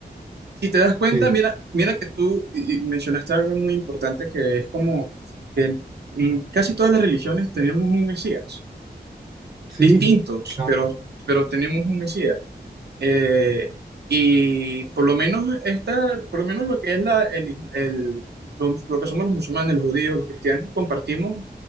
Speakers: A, on the right; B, on the right.
A: si te das cuenta,
B: sí,
A: mira, mira que tú y- y mencionaste algo muy importante que es como que en en casi todas las religiones tenemos un Mesías,
B: sí,
A: distintos,
B: claro,
A: pero, pero tenemos un Mesías. Eh, y por lo menos esta, por lo menos lo que es la, el, is- el- lo, lo que somos los musulmanes, los judíos, los cristianos, compartimos,